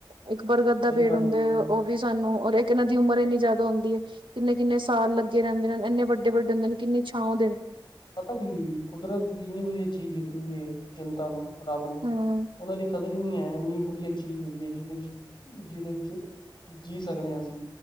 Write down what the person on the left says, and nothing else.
ਸਹੀ
ਗੱਲ
ਹੈ ਜੀ
ਪਤਾ ਕੀ ਇਹ ਜੀ, ਕੁਦਰਤ ਦੀ ਇੰਨੀ ਵਧੀਆ ਚੀਜ਼ ਦਿੱਤੀ ਜਨਤਾ ਨੂੰ। ਰੱਬ ਨੂੰ,
ਉਹਨਾਂ ਦੀ ਕਦਰ ਹੀ ਨਹੀਂ ਹੈ ਇਹਨਾਂ ਨੂੰ। ਵਧੀਆ ਚੀਜ਼ ਹੈਗੀ ਜੀ ਜਿਹਦੇ ਚ ਜਿਹਦੇ- ਚ ਜੀ ਸਕਦੇ ਆ ਅਸੀਂ।